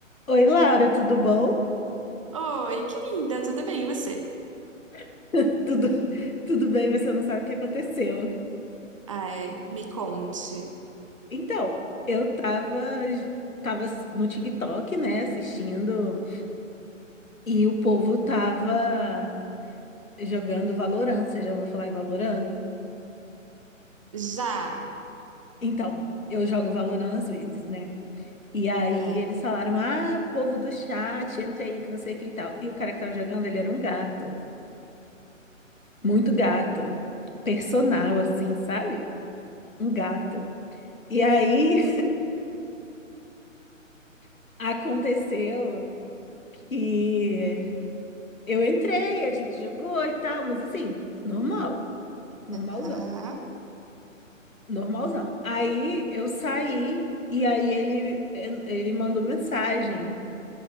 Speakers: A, on the left; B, on the right.
A: Oi, Laura, tudo bom?
B: Oi, querida, tudo bem? E você?
A: <laughs> Tudo, tudo bem, você não sabe o que aconteceu.
B: Ai, me conte.
A: Então, eu tava, tava no TikTok, né, assistindo, e o povo tava jogando Valorant. Você já ouviu falar em Valorant?
B: Já.
A: Então, eu jogo Valorant às vezes, né? E aí
B: É.
A: eles falaram: ah, povo do chat, entra aí que não sei o que e tal. E o cara que tava jogando, ele era um gato, muito gato, personal, assim, sabe? Um gato. E aí <laughs> aconteceu. E eu entrei, a gente jogou e tal, mas assim, normal, normalzão,
B: Aham.
A: normalzão. Aí eu saí e aí ele ele mandou mensagem